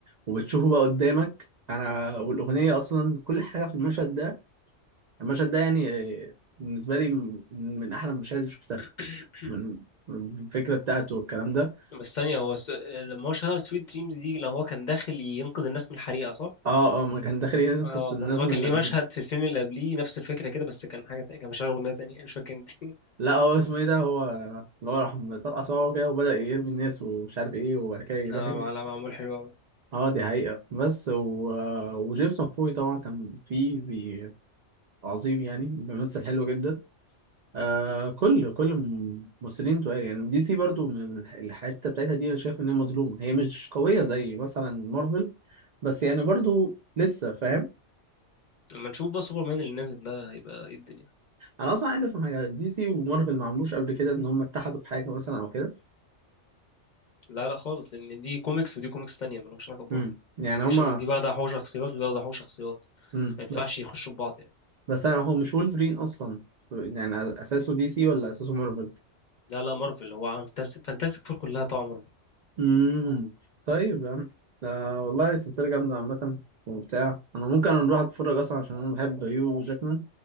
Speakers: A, on the right; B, on the left.
A: وبتشوفه بقى قدامك انا والاغنيه اصلا كل حاجه في المشهد ده المشهد ده يعني آه، بالنسبه لي من من احلى المشاهد اللي شفتها
B: <coughs>
A: من من الفكره بتاعته والكلام ده
B: بس ثانيه هو س... لما هو شغال سويت دريمز دي لو هو كان داخل ينقذ الناس من الحريقه صح؟
A: اه اه ما كان داخل ينقذ
B: اه
A: الناس
B: بس هو
A: من
B: كان ليه مشهد
A: من-
B: في الفيلم اللي قبليه نفس الفكره كده بس كان حاجه تانية كان مشغل اغنيه تانية مش فاكر انت <laughs>
A: لا هو اسمه ايه ده هو اللي هو راح مطرقع صوابعه كده وبدأ يرمي الناس ومش عارف ايه وبعد كده يروح
B: اه لا معمول حلو أوي.
A: اه دي حقيقة بس و... وجيمس مكفوي طبعا كان فيه بي... عظيم يعني بيمثل حلو جدا آه كل كل الممثلين تقال يعني دي سي برضو من الح- الحتة بتاعتها دي انا شايف ان هي مظلومة هي مش قوية زي مثلا مارفل بس يعني برضو لسه فاهم
B: لما نشوف بقى سوبرمان اللي نازل ده هيبقى ايه الدنيا
A: انا اصلا عايز افهم حاجة دي سي ومارفل ما عملوش قبل كده ان هم اتحدوا في حاجة مثلا او كده
B: لا لا خالص ان دي كوميكس ودي كوميكس تانية مالهمش علاقة ببعض
A: امم يعني
B: ودي
A: هما
B: شو... ودي واخدة حقوق شخصيات ودي واخدة حقوق شخصيات
A: امم
B: ما ينفعش
A: بس
B: يخشوا في بعض يعني
A: بس أنا- هو مش وولفرين اصلا يعني اساسه دي سي ولا اساسه مارفل
B: لا لا مارفل هو عالم فانتاستيك فانتاستيك فور كلها طبعا مارفل
A: امم طيب يا عم ده والله سلسلة جامدة عامة وبتاع أنا ممكن أروح أتفرج أصلا عشان أنا بحب هيو جاكمان